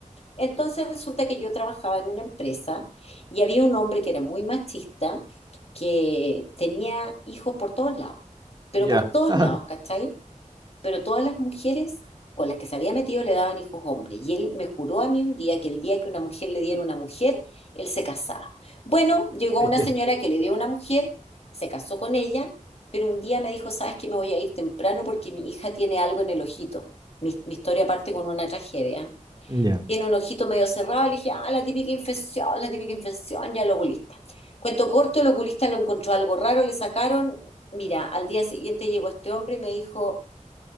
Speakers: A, on the left (about 50°); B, on the right (about 30°).
A: Entonces resulta que yo trabajaba en una empresa y había un hombre que era muy machista, que tenía hijos por todos lados, pero
B: ya,
A: por todos
B: <laughs>
A: lados, ¿cachai? Pero todas las mujeres con las que se había metido le daban hijos hombres. Y él me juró a mí un día que el día que una mujer le diera una mujer, él se casaba. Bueno, llegó una
B: ya,
A: señora que le dio una mujer, se casó con ella, pero un día me dijo, ¿sabes que Me voy a ir temprano porque mi hija tiene algo en el ojito. Mi, mi historia parte con una tragedia
B: ya.
A: tiene un ojito medio cerrado, le dije, ah, la típica infección, la típica infección, ya el oculista. Cuento corto, el oculista lo encontró algo raro, le sacaron, mira, al día siguiente llegó este hombre y me dijo,